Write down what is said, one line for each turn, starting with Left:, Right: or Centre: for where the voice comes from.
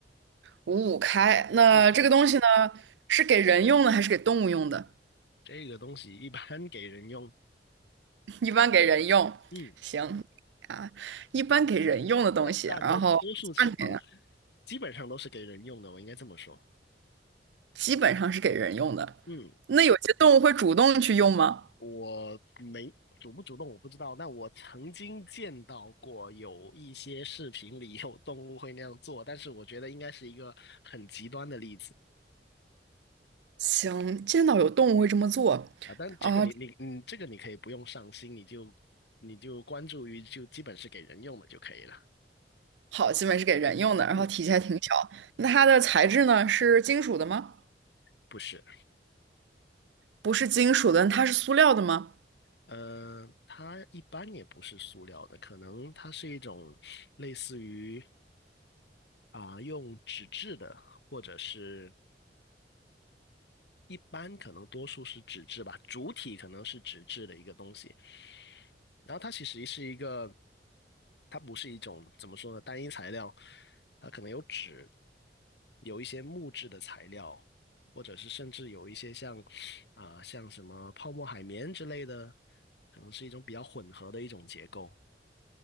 Right: 五五开。那这个东西呢，
Left: 嗯，
Right: 是给人用的还是给动物用的？
Left: 这个东西一般给人用。
Right: 一般给人用，
Left: 嗯，
Right: 行啊，一般给人用的东西，
Left: 那大的多数情况
Right: 然后家里面
Left: 基本上都是给人用的，我应该这么说。
Right: 基本上是给人用的。
Left: 嗯。
Right: 那有些动物会主动去用吗？
Left: 我没主不主动我不知道，但我曾经见到过有一些视频里有动物会那样做，但是我觉得应该是一个很极端的例子
Right: 行，见到有动物会这么做。
Left: 啊。但这个你你嗯，
Right: 啊，
Left: 这个你可以不用上心，你就你就关注于就基本是给人用的就可以了。
Right: 好，基本是给人用的，然后体积还挺小。
Left: 嗯，
Right: 那它的材质呢？是金属的吗？
Left: 不是，
Right: 不是金属的，它是塑料的吗？
Left: 呃，它一般也不是塑料的，可能它是一种类似于啊、用纸质的，或者是一般可能多数是纸质吧，主体可能是纸质的一个东西。然后它其实是一个，它不是一种怎么说呢，单一材料，它可能有纸，有一些木质的材料，或者是甚至有一些像啊、像什么泡沫海绵之类的，可能是一种比较混合的一种结构。